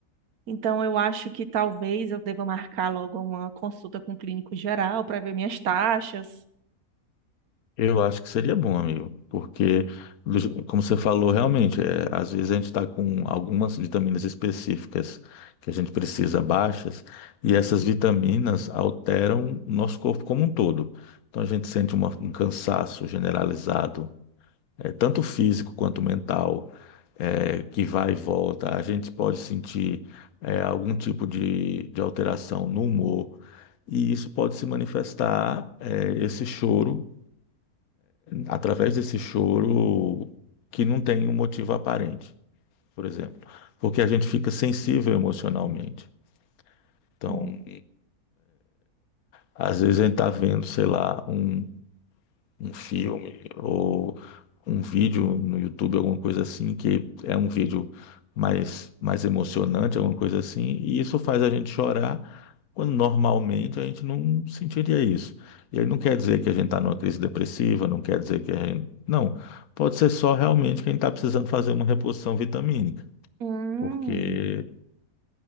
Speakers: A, on the right; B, on the left.
A: Então eu acho que talvez eu deva marcar logo uma consulta com o clínico geral para ver minhas taxas.
B: Eu acho que seria bom, amigo, porque, do je- como você falou, realmente, é, às vezes a gente está com algumas vitaminas específicas que a gente precisa baixas, e essas vitaminas alteram o nosso corpo como um todo. Então a gente sente uma- um cansaço generalizado, é, tanto físico quanto mental. é, que vai e volta, a gente pode sentir é, algum tipo de, de alteração no humor, e isso pode se manifestar, é, esse choro, através desse choro que não tem um motivo aparente, por exemplo, porque a gente fica sensível emocionalmente. Então,
A: hum,
B: às vezes a gente está vendo, sei lá, um um filme ou um vídeo no YouTube, alguma coisa assim, que é um vídeo mais, mais emocionante, alguma coisa assim, e isso faz a gente chorar quando normalmente a gente não sentiria isso. E aí não quer dizer que a gente está numa crise depressiva, não quer dizer que a gente. Não, pode ser só realmente quem está precisando fazer uma reposição vitamínica,
A: Hum,
B: porque.